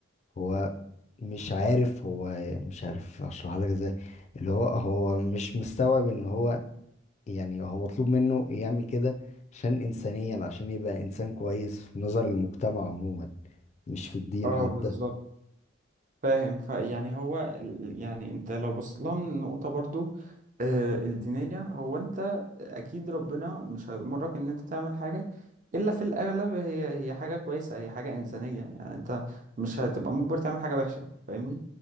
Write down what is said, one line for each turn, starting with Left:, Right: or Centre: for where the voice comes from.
Left: هو مش عارف هو مش عارف اشرحها لك ازاي اللي هو هو مش مستوعب ان هو يعني هو مطلوب منه يعمل كده عشان انسانيا عشان يبقى انسان كويس في نظر المجتمع عموما مش في الدين
Right: اه
Left: حتى
Right: بالظبط فاهم فيعني هو ال- يعني انت لو بصيت لها من النقطه برضو آه، الدينيه هو انت اكيد ربنا مش هيأمرك ان انت تعمل حاجة الا في الاغلب هي هي حاجة كويسة هي حاجة انسانية يعني انت مش هتبقى مجبر تعمل حاجة وحشة فاهمني